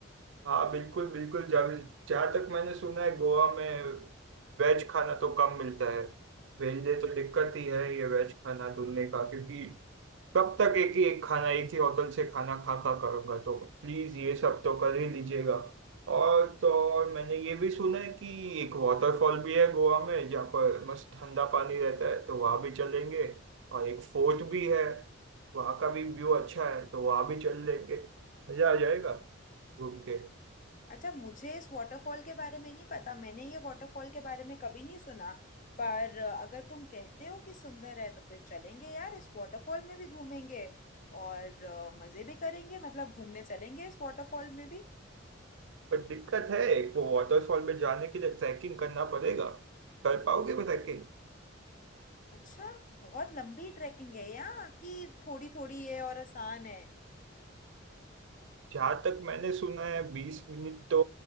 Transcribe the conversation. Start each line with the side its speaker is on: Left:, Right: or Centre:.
Right: हाँ बिल्कुल बिल्कुल जब जहाँ तक मैंने सुना है गोवा में वेज खाना तो कम मिलता है मेरे लिए तो दिक्कत ही है ये वेज खाना ढूंढने का क्योंकि कब तक एक ही एक खाना एक ही होटल से खाना खा खा करूंगा तो प्लीज ये सब तो कर ही लीजिएगा और तो और मैंने ये भी सुना है कि एक वाटरफॉल भी है गोवा में जहाँ पर मस्त ठंडा पानी रहता है तो वहाँ भी चलेंगे और एक फोर्ट भी है वहाँ का भी व्यू अच्छा है तो वहाँ भी चल लेंगे मजा आ जाएगा घूम के
Left: अच्छा मुझे इस वाटरफॉल के बारे में नहीं पता मैंने ये वाटरफॉल के बारे में कभी नहीं सुना पर अ, अगर तुम कहते हो कि सुंदर है तो फिर चलेंगे यार इस वाटरफॉल में भी घूमेंगे और अ, मजे भी करेंगे मतलब घूमने चलेंगे इस वाटरफॉल में भी
Right: पर दिक्कत है एक वो वाटरफॉल में जाने के लिए ट्रैकिंग करना पड़ेगा कर पाओगे वो ट्रैकिंग
Left: अच्छा बहुत लंबी ट्रैकिंग है यहाँ कि थोड़ी थोड़ी है और आसान है
Right: जहाँ तक मैंने सुना है बीस मिनट तो